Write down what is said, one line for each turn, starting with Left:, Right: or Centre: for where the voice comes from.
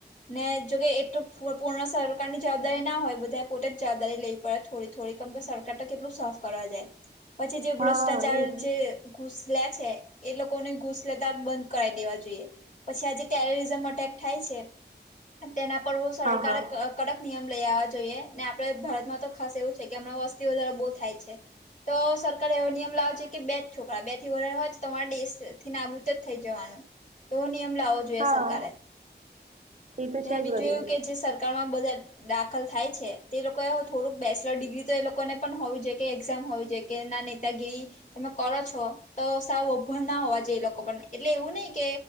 Left: ને જોકે એ તો પૂર્ણ સરકારની જવાબદારી ના હોય બધા પોતે જ જવાબ લેવી પડે થોડી થોડી કેમ કે સરકાર તો કેટલું સાફ કરવા જાય. પછી જે ભ્રષ્ટાચાર
Right: હા હા એજ
Left: જે ઘૂસ લે છે એ લોકોને ઘૂસ લેતા બંધ કરાવી દેવા જોઈએ. પછી આ જે ટેરિઝમ અટેક થાય છે તેના પર હું સરકારે
Right: હા હા
Left: કડક નિયમ લઈ આવવા જોઈએ ને આપ આપડે ભારતમાં તો ખાસ એવું છે કે હમણાં વસ્તી વધારો બો થાય છે. તો સરકારે એવો નિયમ લાવો જોઈએ કે બે જ છોકરા બે થી વધારે હોય તો તમારે દેશથી નાબૂદ જ થઈ જવાનું. એવો નિયમ લાવવો જોઈએ
Right: હા
Left: સરકારે
Right: એ તો
Left: ને
Right: છે જ
Left: બીજું
Right: વળી
Left: એવુ કે જે સર સરકારમાં બધા દાખલ થાય છે તે એ લોકોએ થોડુંક બેચલર ડિગ્રી તો એ લોકોને પણ હોવી જોઈએ કે એક્ઝામ હોવી જોઈએ એના નેતાગીરી તમે કરો છો તો સાવ અભણ ના હોવા જોઈએ એ લોકો પણ એટલે એવું નઈ કે